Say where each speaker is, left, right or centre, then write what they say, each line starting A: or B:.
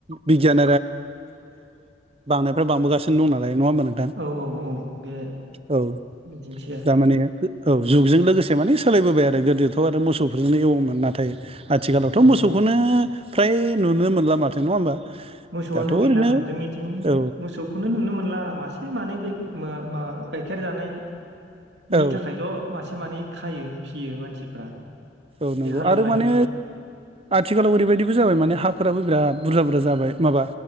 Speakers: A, on the right; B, on the right.
A: बिगियान बाय नंङा ओमबा नोंथां
B: औ औ बे
A: औ
B: बिदिनोसै
A: दा माने औ जुगजों लोगोसे माने सो सोलायबोबाय आरो गोदोथ' आरो मोसौफोरजोंनो एवोमोन नाथाय आथिखालावथ
B: आरो
A: मोसौखौनो
B: औ
A: फ्राय नुनो मोनला माथो नंङा होमबा
B: मोसौआनो
A: दाथ' ओरैनो
B: गैला औ जोंनिथिं
A: औ
B: मोसौखौनो नुनो मोनला मासे मानै बे म मा गाइखेर जानायनि
A: औ
B: थाखायल मासे मानै खायो फियो मानसिफ्रा
A: औ नंगौ
B: बे हालौनायनि
A: आरो माने आथिखालाव ओरैबायदिबो जाबाय माने हाफोराबो बिराद बुरजा बुरजा जाबाय माबा